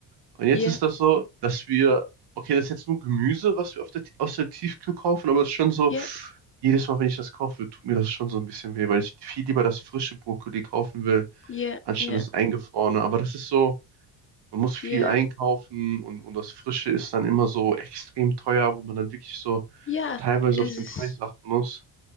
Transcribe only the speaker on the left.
ja,
ja,
ja,
ja,
ja.
Ja,
es
ist,